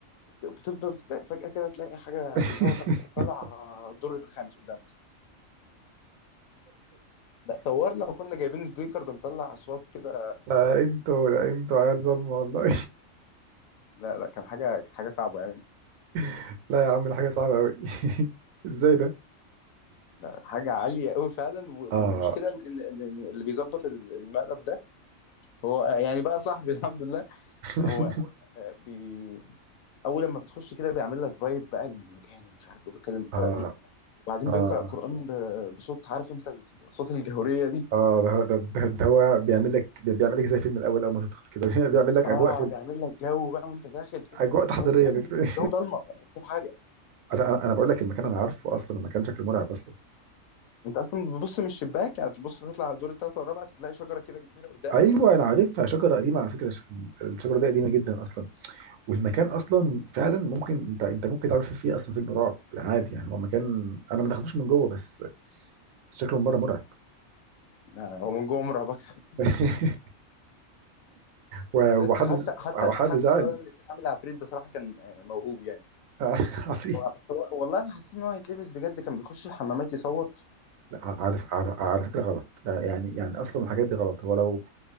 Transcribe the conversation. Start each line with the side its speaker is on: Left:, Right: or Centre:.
Left: بت- بتفضل تلاقي فجاه كده تلاقي حاجه
Right: <laughs>
Left: في الهواء طالعه طالعة الدور الخامس قدامك لا طورنا وكنا جايبين سبيكر بنطلع اصوات كده
Right: لا انتوا لا انتوا عيال ظلمة والله
Left: لا لا كان حاجه حاجه صعبه يعني
Right: <laughs> لا يا عم دي حاجة صعبة أوي <laughs> ازاي ده؟
Left: لا حاجه عاليه قوي فعلا و-
Right: اه
Left: والمشكله ان إن- إن اللي بيظبط المقلب ده هو يعني بقى صاحبي <laughs> الحمد لله
Right: <laughs>
Left: هو آه، بي اول لما بتخش كده بيعمل لك فايب بقى للمكان ومش عارف ايه بيتكلم بالطريقه
Right: اه
Left: دي وبعدين
Right: اه
Left: بيقرا قران
Right: اه
Left: ب- بصوت عارف انت الصوت الجهوريه دي
Right: اه ده هو ده, ده, ده هو بيعمل لك بيعمل لك زي فيلم الأول أول ما تدخل كده <laughs> بيعمل لك
Left: اه
Right: أجواء فيلم
Left: بيعمل لك جو بقى وانت داخل كده
Right: أجواء تحضيرية
Left: وانت فعلا
Right: للفيلم
Left: الجو ضلمه مش شايف حاجه
Right: <laughs> أنا أنا أنا بقول لك المكان أنا عارفه أصلا المكان شكله مرعب أصلا
Left: انت اصلا بتبص من الشباك يعني تبص تطلع على الدور الثالث والرابع تلاقي شجره كده كبيره قدامك
Right: أيوه أنا عارفها شجرة قديمة على فكرة الش- الشجرة دي قديمة جدا أصلا والمكان اصلا فعلا ممكن انت انت ممكن تعمل فيه فيه اصلا فيلم رعب عادي يعني هو مكان انا ما دخلتوش من جوه بس بس شكله من بره مرعب
Left: آه، هو من جوه مرعب اكتر <laughs>
Right: <laughs> و- وحد
Left: بس حتى
Right: ز-
Left: حتى
Right: وحد
Left: حتى
Right: زعل
Left: الولد اللي كان عامل عفريت بصراحه كان آه، موهوب يعني
Right: <laughs> عفريت
Left: بس هو- والله انا حسيت ان هو هيتلبس بجد كان بيخش الحمامات يصوت
Right: لا عارف على على فكره غلط يعني يعني اصلا الحاجات دي غلط هو لو